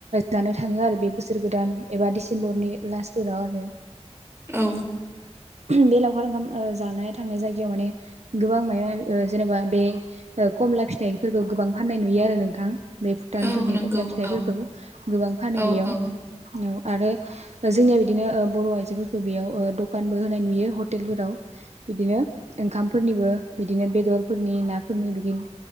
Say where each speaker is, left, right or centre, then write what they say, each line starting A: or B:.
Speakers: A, on the right; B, on the right.
A: जानो थाङो आरो बे बोसोर गोदान एबा डिसेम्बरनि लास फोराव आरो।
B: औ।
A: बे लावखार ओंखाम जानाय थांनाय जायगायाव माने गोबां जेनेबा बे कमला फिथाइफोरखौ गोबां फाननाय नुयो आरो नोंथां। बे भुटानफोरनि
B: औ नंगौ
A: खमला फिथाइफोरखौ
B: औ
A: गोबां फानो
B: औ
A: बेयाव।
B: औ
A: औ। आरो जोंनिया बिदिनो बर' आइजोफोरखौ बेयाव दखानबो होनाय नुयो हटेलफोराव। बिदिनो ओंखामफोरनिबो बिदिनो बेदरफोरनि नाफोरनि बिदिनो